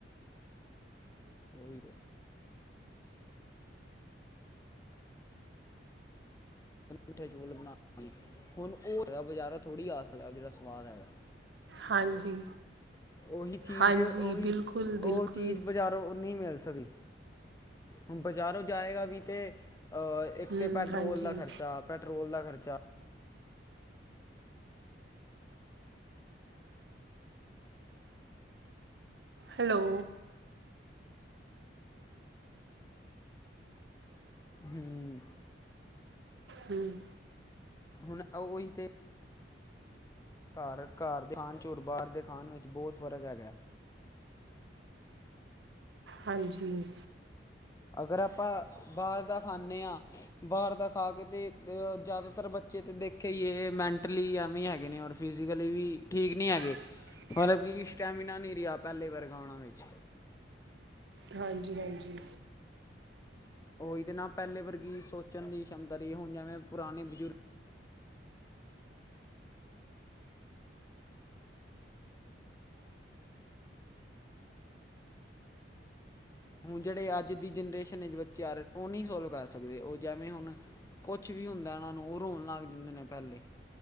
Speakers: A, on the left; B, on the right.
A: ਉਹੀ ਤੇ ਮਿੱਠੇ ਚੋਲ ਬਣਾ ਹੁਣ ਉਹ ਹੈਗਾ ਬਜ਼ਾਰਾ ਥੋੜੀ ਆਸਲ ਹੈ ਜਿਹੜਾ ਸਵਾਦ ਹੈਗਾ <unintelligible>
B: ਹਾਂਜੀ!
A: ਉਹੀ ਚੀਜ਼,
B: ਹਾਂਜੀ
A: ਉਹੀ
B: ਬਿਲਕੁਲ ਬਿਲਕੁਲ
A: ਉਹ ਚੀਜ਼ ਬਜ਼ਾਰ। ਔ ਨਹੀਂ ਮਿਲ਼ ਸਕਦੀ। ਹੁਣ ਬਾਜ਼ਾਰੋਂ ਜਾਏਂਗਾ ਵੀ ਤੇ ਅ ਇੱਕ
B: ਹੂੰ
A: ਤੇ ਪੈਟਰੋਲ
B: ਹਾਂਜੀ
A: ਦਾ ਖ਼ਰਚਾ, ਪੈਟਰੋਲ ਦਾ ਖ਼ਰਚਾ।
B: ਹੈਲੋ।
A: ਹੂੰ
B: ਹਮ <unintelligible>
A: ਹੁਣ ਉਹੀ ਤੇ ਘਰ ਘਰ ਦੇ ਆਣ ਚ ਬਾਹਰ ਦੇ ਖਾਣ ਵਿੱਚ ਬਹੁਤ ਫ਼ਰਕ ਹੈਗਾ।
B: ਹਾਂਜੀ
A: ਅਗਰ, ਆਪਾਂ ਬਾਹਰ ਦਾਂ ਖਾਂਨੇ ਹਾਂ। ਬਾਹਰ ਦਾ ਖਾਕੇ ਤੇ, ਜ਼ਿਆਦਾਤਰ ਬੱਚੇ ਤੇ ਦੇਖੇਂ ਹੀਏ ਮੈਂਟਲੀ ਐਵੇਂ ਹੈਗੇ ਨੇ ਔਰ। ਫਿਜੀਕਲੀ ਵੀ, ਠੀਕ ਨਹੀਂ ਹੈਗੇ।
B: <inaudible>
A: ਮਤਲਬ ਕਿ ਸਟੈਮਿਨਾ ਨਹੀਂ ਰਿਹਾ, ਪਹਿਲੇ ਵਰਗਾ ਉਹਣਾ ਵਿੱਚ।
B: ਹਾਂਜੀ, ਹਾਂਜੀ
A: ਉਹੀ ਤੇ ਨਾ ਪਹਿਲੇ ਵਰਗੀ ਸੋਚਣ ਦੀ ਸ਼ਮਤਾ ਰਹੀ। ਹੁਣ ਜੇਵੇਂ ਪੁਰਾਣੇ ਬਜ਼ੁਰਗ ਹੁਣ ਜਿਹੜੇ ਅੱਜ ਦੀ ਜਨਰੇਸ਼ਨ ਵਿਚ ਬੱਚੇ ਆ ਰਹੇ। ਉਹ ਨਹੀਂ ਸੋਲਵ ਕਰ ਸਕਦੇ ਉਹ ਜੇਵੇਂ ਹੁਣ। ਕੁਛ ਵੀ ਹੁੰਦਾ, ਉਹਨਾਂ ਨੂੰ ਉਹ ਰੋਣ ਲੱਗ ਜਾਂਦੇ ਨੇ ਪਹਿਲੇ।